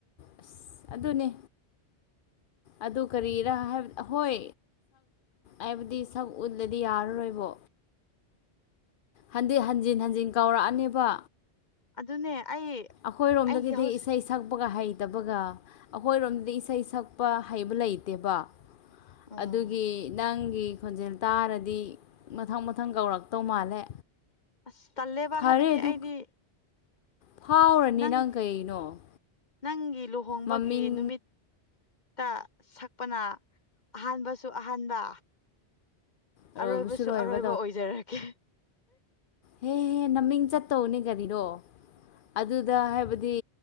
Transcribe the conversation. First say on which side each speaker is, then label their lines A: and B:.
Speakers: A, on the left; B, on the left.
A: ꯑꯁ ꯑꯗꯨꯅꯦ ꯑꯗꯨ ꯀꯔꯤꯔ ꯍꯥꯏꯕ ꯍꯣꯏ ꯑꯩꯕꯨꯗꯤ ꯁꯛ ꯎꯠꯂꯗꯤ ꯌꯥꯔꯔꯣꯏꯕꯣ ꯍꯟꯗꯤ ꯍꯟꯖꯤꯟ ꯍꯟꯖꯤꯟ ꯀꯧꯔꯛꯑꯅꯦꯕ
B: ꯑꯗꯨꯅꯦ ꯑꯩ
A: ꯑꯩꯈꯣꯏꯔꯣꯝꯗꯒꯤꯗꯤ
B: ꯑꯩꯒꯤ ꯍꯧꯖꯤꯛ
A: ꯏꯁꯩ ꯁꯛꯄꯒ ꯍꯩ ꯠꯇꯕꯒ ꯑꯩꯈꯣꯏꯔꯣꯝꯗꯗꯤ ꯏꯁꯩ ꯁꯛꯄ ꯍꯩꯕ ꯂꯩꯇꯦꯕ
B: ꯑꯣ
A: ꯑꯗꯨꯒꯤ ꯅꯪꯒꯤ ꯈꯣꯟꯖꯦꯜ ꯇꯥꯔꯗꯤ ꯃꯊꯪ ꯃꯊꯪ ꯀꯧꯔꯛꯇꯧ ꯃꯥꯜꯂꯦ
B: ꯑꯁ ꯇꯜꯂꯦꯕ
A: ꯐꯔꯦ
B: ꯍꯥꯏꯕꯗꯤ
A: ꯑꯗꯨ
B: ꯑꯩꯗꯤ
A: ꯐꯥꯎꯔꯅꯤ
B: ꯅꯪ
A: ꯀꯩꯅꯣ
B: ꯅꯪꯒꯤ ꯂꯨꯍꯣꯡꯕꯒꯤ
A: ꯃꯃꯤꯡ
B: ꯅꯨꯃꯤꯠ ꯇ ꯁꯛꯄꯅ ꯑꯍꯥꯟꯕꯁꯨ ꯑꯍꯥꯟꯕ
A: ꯂꯣꯏꯕꯁꯨ
B: ꯑꯔꯣꯏꯕꯁꯨ
A: ꯂꯣꯏꯕ
B: ꯑꯔꯣꯏꯕ ꯑꯣꯏꯖꯔꯒꯦ
A: ꯍꯦꯍꯦ ꯅꯃꯤꯡ ꯆꯠꯇꯧꯅꯦ ꯀꯔꯤꯅꯣ ꯑꯗꯨꯗ ꯍꯥꯏꯕꯗꯤ